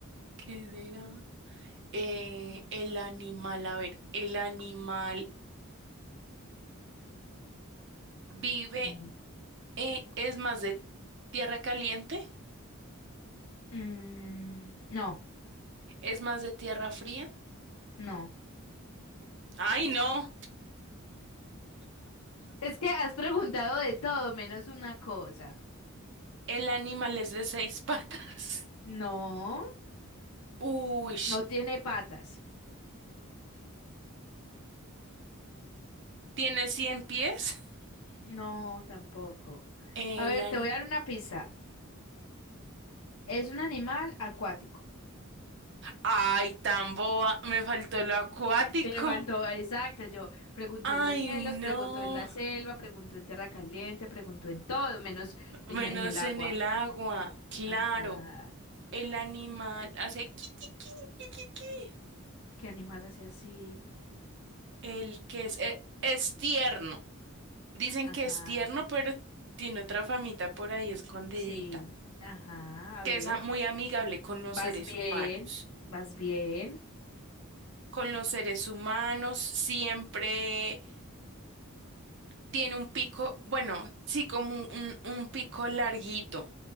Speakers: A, on the right; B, on the left.
A: ¿qué será? Eh, el animal, a ver, el animal vive,
B: A ver.
A: eh, es más de tierra caliente,
B: Mm, no,
A: es más de tierra fría.
B: no.
A: Ay, no,
B: Es que has preguntado de todo menos una cosa.
A: el animal es de seis <laughs> patas.
B: No,
A: Uy,
B: no tiene patas.
A: tiene cien pies.
B: No, tampoco.
A: El
B: A ver,
A: an-
B: te voy a dar una pista. Es un animal acuático.
A: Ay, tan boba, me faltó lo acuático.
B: Le faltó, exacto, yo pregunto
A: Ay,
B: en los cielos,
A: no,
B: pregunto en la selva, pregunto en tierra caliente, pregunto en todo, menos
A: menos
B: en, en el agua.
A: en el agua, claro.
B: Ajá.
A: El animal hace qui, qui, qui, qui, qui, qui.
B: ¿Qué animal hace así?
A: El que es, e- es tierno. Dicen
B: Ajá.
A: que es tierno, pero tiene otra famita por ahí escondidita,
B: Sí. Ajá. A
A: que
B: ver.
A: es a- muy amigable con los
B: Vas
A: seres
B: bien.
A: humanos.
B: Vas bien.
A: Con los seres humanos siempre tiene un pico, bueno, sí, como un, un un pico larguito.